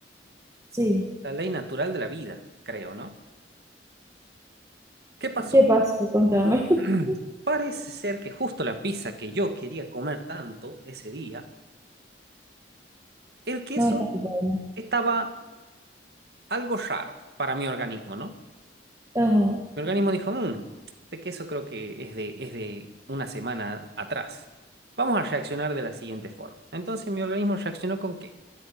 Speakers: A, on the right; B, on the right.
A: Sí.
B: la ley natural de la vida, creo, ¿no? ¿Qué pasó?
A: ¿Qué pasa? Contame. <laughs>
B: <clears throat> Parece ser que justo la pizza que yo quería comer tanto ese día, el queso
A: No está bien. ¿no?
B: estaba algo raro para mi organismo, ¿no?
A: Ajá.
B: Mi organismo dijo, mmm, este queso creo que es de, es de una semana atrás. Vamos a reaccionar de la siguiente forma. Entonces mi organismo reaccionó con qué?